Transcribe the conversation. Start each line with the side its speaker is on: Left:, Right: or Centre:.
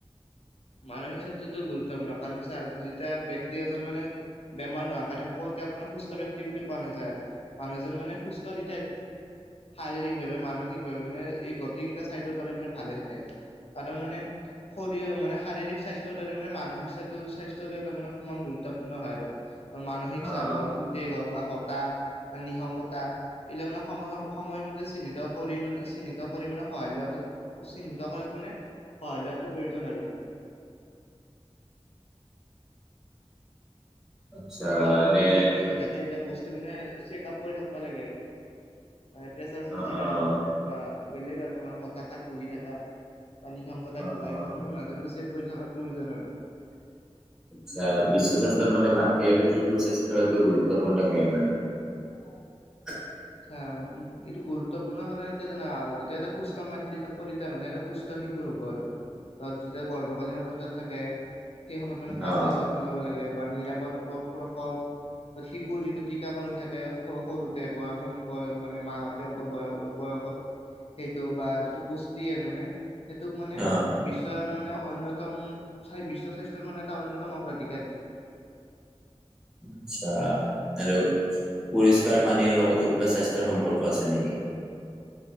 Left: মানসিক স্বাস্থ্যটো গুৰুত্বপূৰ্ণ। কাৰণ চা যেতিয়া ব্যক্তি এজন মানে বেমাৰ নহাকৈ থাকব আপোনাক সুস্থ ব্যক্তি বুলি কোৱা নাযায়। মানুহজন মানে সুস্থ <unintelligible> শাৰীৰিক ভাৱে মান মানসিকভাৱে মানে এই গতি কেইটা চাইডৰ ব মানে ভালে থাকে। কাৰণ মানে শৰী মানে শাৰীৰিক স্বাস্থ্যৰ দৰে মানে মানসিক <unintelligible> স্বাস্থ্যৰ দৰে <unintelligible> মানে সমান গুৰুত্বপূৰ্ণ হয় আৰু। মানসিক
Centre: অ',
Left: চাপ হল, উদ্বেগ হওক বা হতাশ বা নিঃসংগতা এইবিলাক মানে সমসাম সময়মতে চিহ্নিত কৰি মানে চিহ্নিত কৰি মানে সহায় লোৱাটো চিহ্নিত কৰাত মানে সহায় লোৱাটো প্ৰয়োজন আৰু।
Centre: আচ্ছা,
Left: ধৰ আৰুকেইটা
Centre: নে
Left: কি হৈ থাকে এইবিলাক বচ মানে চেকাপ কৰি থাকব লাগে। হয় প্ৰেচাৰ চেচাৰেই
Centre: অ', অ',
Left: হক বা বেলেগ আৰু মানে হতাশাত ভুগি থাকা, বা নিসংগতা
Centre: অ',
Left: ভুগা
Centre: অ',
Left: এইবিলাক মানে মাজে-মাজে চে কৰি থাকাৰ প্ৰয়োজন আৰু।
Centre: <unintelligible> আচ্ছা বিশ্ব স্বাস্থ্যত মানে মাতৃ আৰু শিশুৰ স্বাস্থ্যটো গুৰুত্বপূৰ্ণ কাৰমান- অ-
Left: এইটো গুৰুত্বপূৰ্ণ কাৰণ কি জান যেতিয়া এটা সুস্থা ম থাকোঁ তেতিয়া মানে এটা সুস্থ শিশুৰ হ'ব আৰু ত যেতিয়া গৰ্ভকালীন অৱস্থাত থাকে সেই সময়ত মানে ভালকে
Centre: অ',
Left: যত্ন ল'ব লাগে বা নিৰাপদ প্ৰসৱ বা শিশুৰ যিটো দিশ শ্ষাকণ থাকে সৰুতে বয়স অনুসই মানে মাহতে বয়স বয়সত সেইটো বা যিটো পুষ্টি আৰু মানে সেইটোক মানে
Centre: অ',
Left: বিশ্বৰ মানে অন্যতম বিশ্ব স্বাস্থ্যৰ মানে এটা অন্যতম অগ্ৰাধিক
Centre: আচ্ছা আৰু পৰিষ্কাৰ পানীৰ লগতো কিবা স্বাস্থ্যৰ সম্পৰ্ক আছে নেকি?